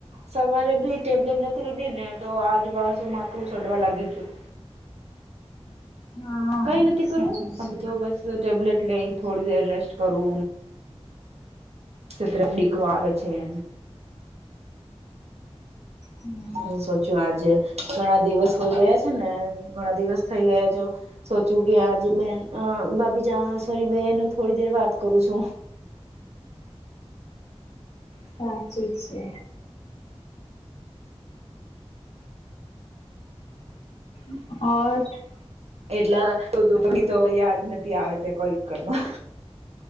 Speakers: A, on the right; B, on the left.
A: સવારેબી ટેબલેટ નથી લીધી ને તો આજ પાછુ માથું ચઢવા લાગી ગયું છે
B: હા
A: કઈ નથી
B: સાચું
A: કરું
B: છે
A: અ તો બસ ટેબલેટ લેઈન થોડી વાર રેસ્ટ કરો <inaudible> <inaudible> આવે છે એમ
B: હમ.
A: હ સોચ્યું આજે ઘણા દિવસ હોય ગયા છે ને ઘણા દિવસ થઈ ગયા છો. સોચું કે આજ બે <unintelligible> જ સોરી બેન થોડી દેર વાત કરું છું.
B: સાચી છે <unintelligible>
A: એટલા <unintelligible> તો યાદ નથી આવે તે કોઈ વટ